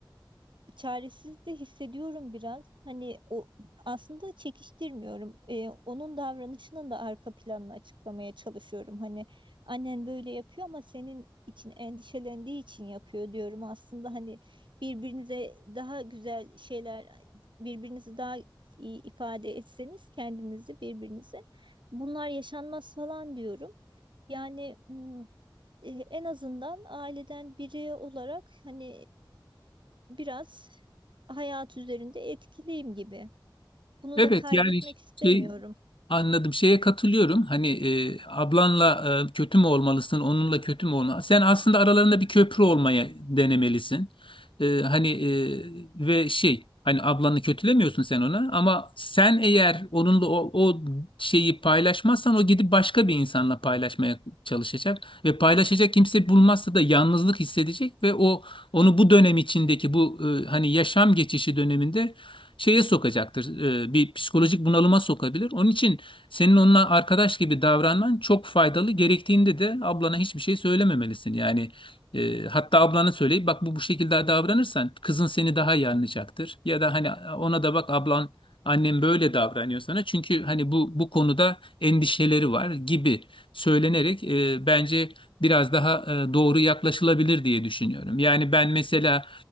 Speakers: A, on the right (about 70°); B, on the left (about 85°).
A: çaresiz de hissediyorum biraz. Hani o aslında çekiştirmiyorum. Ee, onun davranışının da arka planını açıklamaya çalışıyorum. Hani annen böyle yapıyor ama senin için endişelendiği için yapıyor diyorum. Aslında hani birbirinize daha güzel şeyler, birbirinizi daha iyi ifade etseniz kendinizi birbirinize bunlar yaşanmaz falan diyorum. Yani m, e, en azından aileden biri olarak hani e, biraz hayat üzerinde etkiliyim gibi. Bunu
B: Evet
A: da kaybetmek
B: yani
A: istemiyorum.
B: şey Anladım. Şeye katılıyorum. Hani e, ablanla e, kötü mü olmalısın, onunla kötü mü olmalısın? Sen aslında aralarında bir köprü olmaya denemelisin. E, hani e, ve şey, hani ablanı kötülemiyorsun sen ona ama sen eğer onunla o, o şeyi paylaşmazsan o gidip başka bir insanla paylaşmaya çalışacak ve paylaşacak kimse bulmazsa da yalnızlık hissedecek ve o onu bu dönem içindeki bu e, hani yaşam geçişi döneminde şeye sokacaktır. e, Bir psikolojik bunalıma sokabilir. Onun için senin onunla arkadaş gibi davranman çok faydalı. Gerektiğinde de ablana hiçbir şey söylememelisin. Yani e, hatta ablana söyleyip bak bu bu şekilde davranırsan kızın seni daha iyi anlayacaktır. Ya da hani ona da bak ablan annem böyle davranıyor sana. Çünkü hani bu bu konuda endişeleri var gibi söylenerek e, bence biraz daha e, doğru yaklaşılabilir diye düşünüyorum. Yani ben mesela